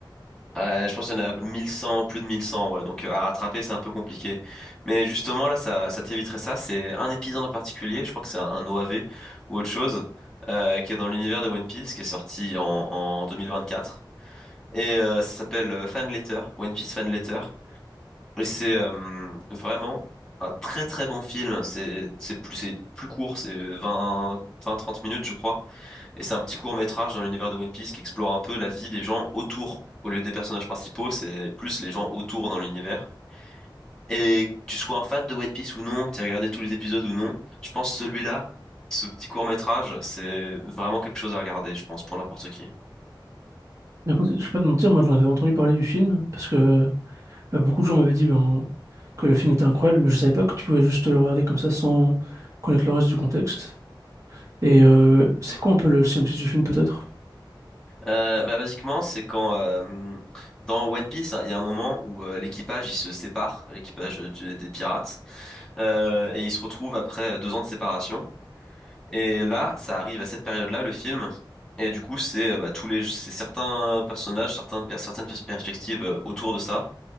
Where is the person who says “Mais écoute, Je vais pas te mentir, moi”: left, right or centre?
Right